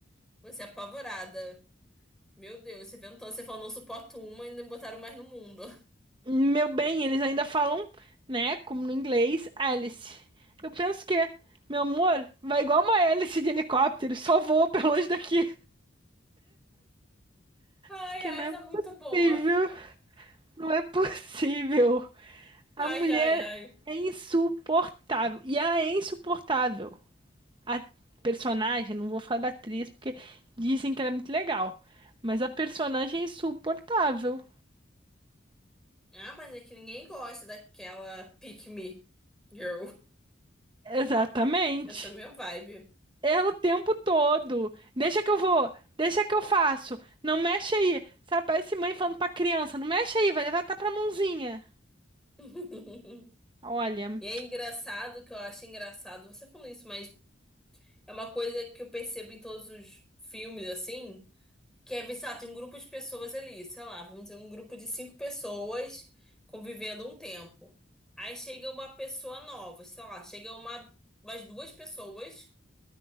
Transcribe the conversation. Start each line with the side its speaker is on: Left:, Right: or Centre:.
Centre: Você é apavorada. Meu Deus, você inventou, você falou, não suporto uma e ainda me botaram mais no mundo.
Right: Meu bem, eles ainda falam, né, como no inglês, hélice. Eu penso que, meu amor, vai igual uma hélice de helicóptero, só voa pra longe daqui.
Centre: <laughs> Ai,
Right: Porque
Centre: ai,
Right: não
Centre: essa
Right: é possível,
Centre: é muito boa.
Right: não é possível. A
Centre: Ai,
Right: mulher
Centre: ai, ai.
Right: é insuportável. E ela é insuportável. A personagem, não vou falar da atriz, porque dizem que ela é muito legal. Mas a personagem é insuportável.
Centre: Ah, mas é que ninguém gosta daquela pick me girl.
Right: Exatamente.
Centre: Essa é a minha vibe.
Right: Ela o tempo todo. Deixa que eu vou, deixa que eu faço. Não mexe aí. Sabe, parece mãe falando pra criança, não mexe aí, vai levar até pra mãozinha.
Centre: <laughs>
Right: Olha.
Centre: E é engraçado que eu acho engraçado você falando isso, mas é uma coisa que eu percebo em todos os filmes, assim. Que é, sei lá, tem um grupo de pessoas ali, sei lá, vamos dizer, um grupo de cinco pessoas convivendo um tempo. Aí chega uma pessoa nova, sei lá, chega uma, umas duas pessoas